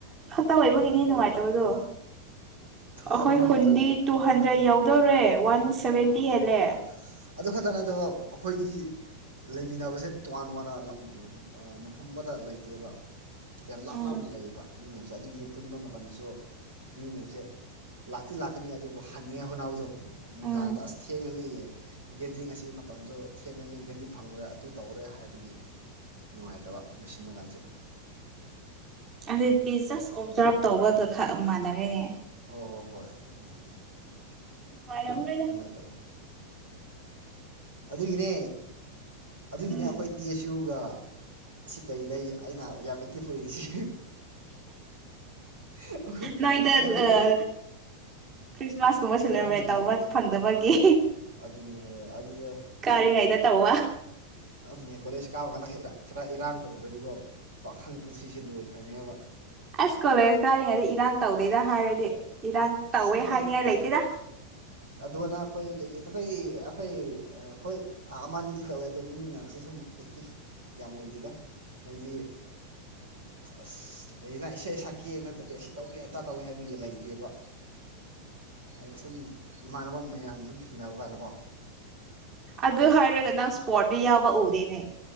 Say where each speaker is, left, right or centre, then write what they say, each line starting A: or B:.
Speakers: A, on the right; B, on the right.
A: ꯏꯇꯥꯎ ꯑꯣꯏꯕꯒꯤꯅꯦ ꯅꯨꯡꯉꯥꯏꯇꯕꯗꯣ ꯑꯩꯈꯣꯏ
B: ꯑꯗꯨꯅꯤ
A: ꯈꯨꯟꯗꯤ ꯇꯨ ꯍꯟꯗ꯭ꯔꯦꯗ ꯌꯥꯎꯗꯧꯔꯦ ꯋꯥꯟ ꯁꯦꯚꯦꯟꯇꯤ
B: ꯑꯥ
A: ꯍꯦꯜꯂꯦ
B: ꯑꯗꯨ ꯈꯛꯇ ꯅꯠꯇꯕ ꯑꯩꯈꯣꯏꯗꯤ ꯂꯩꯃꯤꯟꯅꯕꯁꯦ ꯇꯣꯉꯥꯟ ꯇꯣꯉꯥꯟꯅ ꯃꯐꯝ ꯑꯃꯗ ꯂꯩꯇꯦꯕ ꯌꯥꯝ ꯂꯥꯞ
A: ꯎꯝ
B: ꯂꯥꯞꯅ ꯂꯩꯌꯦꯕ ꯃꯤ ꯃꯌꯥꯝꯁꯦ ꯑꯗꯨꯒꯤ ꯄꯨꯟꯕ ꯃꯇꯝꯗꯁꯨ ꯃꯤ ꯃꯌꯥꯝꯁꯦ ꯂꯥꯛꯇꯤ ꯂꯥꯛꯀꯅꯤ ꯑꯗꯨꯕꯨ ꯍꯟꯅꯤꯡꯉꯥꯏ ꯍꯣꯠꯅꯕꯗꯣ ꯅꯨꯡꯗꯥꯡꯗ
A: ꯎꯝ
B: ꯑꯁ ꯊꯦꯡꯉꯅꯤꯌꯦ ꯒꯦꯗ꯭ꯔꯤꯡ ꯑꯁꯤ ꯃꯇꯝꯁꯨ ꯊꯦꯡꯅꯅꯤ ꯒꯥꯔꯤ ꯐꯪꯉꯔꯦ ꯑꯗꯨ ꯇꯧꯔꯦ ꯍꯥꯏꯕꯒꯤ ꯅꯨꯡꯉꯥꯏꯇꯕ ꯂꯣꯏꯁꯤꯟꯕ ꯀꯥꯟꯁꯨ
A: ꯑꯗꯨꯗꯤ ꯖꯁ ꯑꯣꯞꯖꯥꯔꯞ ꯇꯧꯕꯒ ꯈꯔ ꯃꯥꯟꯅꯔꯦꯅꯦ
B: ꯍꯣ ꯍꯣꯏ ꯍꯣꯏ ꯑꯗꯨꯅꯦ
A: ꯃꯥꯔ ꯑꯃ ꯂꯩꯔꯦ
B: ꯑꯗꯨꯃꯥꯏꯅ ꯇꯧꯋꯤ ꯑꯗꯨꯒꯤꯅꯦ ꯑꯗꯨꯒꯤꯅꯦ
A: ꯎꯝ
B: ꯑꯩꯈꯣꯏ ꯇꯤ ꯑꯦꯁ ꯌꯨꯒ ꯁꯤ ꯀꯔꯤꯗꯩ ꯑꯩꯅ ꯌꯥꯝ ꯑꯦꯛꯇꯤꯚ ꯑꯣꯏꯔꯤꯁꯤ ꯑꯩꯈꯣꯏ
A: ꯅꯣꯏꯗ
B: ꯑꯁꯤꯗꯗꯤ
A: ꯑꯥ ꯈ꯭ꯔꯤꯁꯃꯥꯁ ꯀꯨꯝꯕ
B: ꯄ꯭ꯔꯣꯒ꯭ꯔꯥꯝ
A: ꯁꯦꯂꯦꯕ꯭ꯔꯦꯠ
B: ꯂꯩꯇ꯭ꯔꯦꯕ
A: ꯇꯧꯕ ꯐꯪꯗꯕꯒꯤ
B: ꯑꯗꯨꯅꯦ ꯑꯗꯨꯗ
A: ꯥꯏꯗꯦ ꯇꯥꯎꯋꯥ
B: ꯑꯗꯨꯅꯦ ꯀꯣꯂꯦꯖ ꯀꯥꯕ ꯀꯥꯟꯗ ꯈꯔ ꯏꯔꯥꯡ ꯇꯧꯗ꯭ꯔꯗꯤꯀꯣ ꯄꯥꯈꯪ ꯄꯨꯟꯁꯤꯁ ꯂꯣꯏꯈ꯭ꯔꯅꯦꯕ
A: ꯑꯁ ꯀꯣꯂꯦꯖ ꯀꯥꯔꯤꯉꯩꯗ ꯏꯔꯥꯡ ꯇꯧꯗꯣꯏꯗ ꯍꯥꯏꯔꯗꯤ ꯏꯔꯥꯡ
B: ꯑꯁ
A: ꯇꯧꯋꯦ
B: ꯅꯈꯣꯏ
A: ꯍꯥꯏꯅꯤꯡꯉꯥꯏ
B: ꯒꯦ
A: ꯂꯩꯇꯦꯗ
B: ꯑꯗꯣꯅ ꯑꯩ ꯑꯩꯈꯣꯏ ꯀꯩꯀꯩꯅꯣ ꯑꯩꯈꯣꯏ ꯑꯩꯈꯣꯏ ꯍꯣꯏ ꯑꯃꯅꯤ ꯑꯗꯤ ꯇꯧꯋꯦ ꯑꯗꯣ ꯃꯤ ꯃꯌꯥꯝꯁꯦ ꯁꯨꯝ ꯑꯦꯛꯇꯤꯞ ꯌꯥꯝ ꯑꯣꯏꯗꯦꯗ ꯍꯥꯏꯗꯤ ꯑꯁ ꯂꯩꯅ ꯏꯁꯩ ꯁꯛꯀꯦ ꯅꯠꯇ꯭ꯔꯗꯤ ꯑꯁꯤ ꯇꯧꯒꯦ ꯑꯟꯗꯥ ꯇꯧꯒꯦ ꯍꯥꯏꯕꯒꯤ ꯂꯩꯇꯦꯕ ꯑꯩꯅ ꯁꯨꯝ ꯏꯃꯥꯟꯅꯕ ꯃꯌꯥꯝ ꯁꯨꯝ ꯊꯦꯡꯅꯕ ꯀꯥꯟꯗꯀꯣ
A: ꯑꯗꯨ ꯍꯥꯏꯔꯒ ꯅꯪ ꯏꯁꯄꯣꯔꯠꯇ ꯌꯥꯎꯕ ꯎꯗꯦꯅꯦ